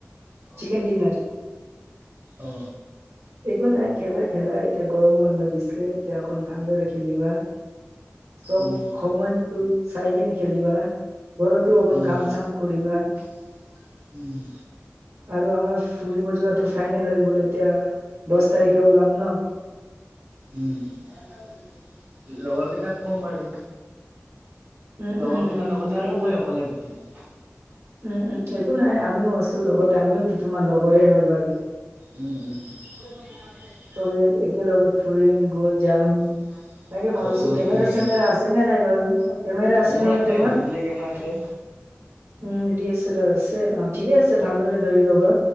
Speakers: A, on the right; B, on the right.
A: অ
B: চিকেন ডিনাৰ।
A: অ
B: একো নাই খেলা খেলা, এতিয়া গৰম বন্ধ দিছে এতিয়া অকণ ভালদৰে খেলিবা। ত'
A: উম
B: সময়টোক চাই কিনে খেলিবা, ঘৰতো অকণ
A: উম
B: কাম -চাম কৰিবা।
A: <unintelligible> উম।
B: আৰু আমাৰ ফুৰিব যোৱাটো ফাইনেল হৈ গ'ল। এতিয়া- দহ তাৰিখে ওলাম ন?
A: উম। লগৰ কেইটাক কম বাৰু,
B: উম
A: লগৰ
B: উম
A: কেইটা
B: উম উম
A: নগ'লে
B: ফুৰিবা
A: আৰু মই অকলে গুচি যাম।
B: উম, উম। একো নাই আমিও আছো লগতে, আমিওটো তোমাৰ লগৰে হয় বাৰু।
A: উম, উম। <unintelligible>
B: তুমি একেলগত লগত ফুৰিম গৈ যাম।
A: উ <unintelligible>
B: তাকে ভাবিছো
A: ফটো উঠিম।
B: কেমেৰা চেমেৰা আছে নে নাই বাৰু অ কেমেৰা
A: মোৰ
B: নহয়
A: আছে
B: তোমাৰ
A: ডিএচলাৰ কেমেৰা আছে। হয়।
B: উম, ডিএছলাৰ আছে। অঁ, ঠিকে আছে ভালদৰে ধৰি ল'বা।